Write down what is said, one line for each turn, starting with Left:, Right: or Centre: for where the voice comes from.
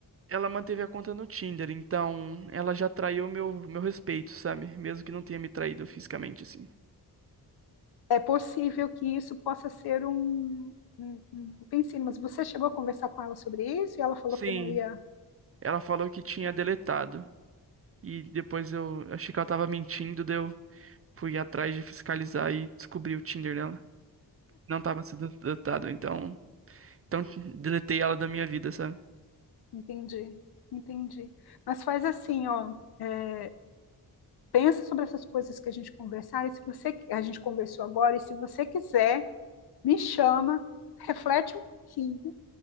Right: ela manteve a conta no Tinder, então ela já traiu meu meu respeito, sabe? Mesmo que não tenha me traído fisicamente assim.
Left: é possível que isso possa ser um, um, um pensino, mas você chegou a conversar com ela sobre isso e ela falou
Right: Sim,
Left: que não ia.
Right: ela falou que tinha deletado. E depois eu achei que ela tava mentindo, deu. Fui atrás de fiscalizar e descobri o Tinder nela. Não tava sendo datado, então. Então deletei ela da minha vida, sabe?
Left: Entendi, entendi. Mas faz assim, ó, é, pensa sobre essas coisas que a gente conversar, e se você a gente conversou agora, e se você quiser, me chama, reflete um pouquinho,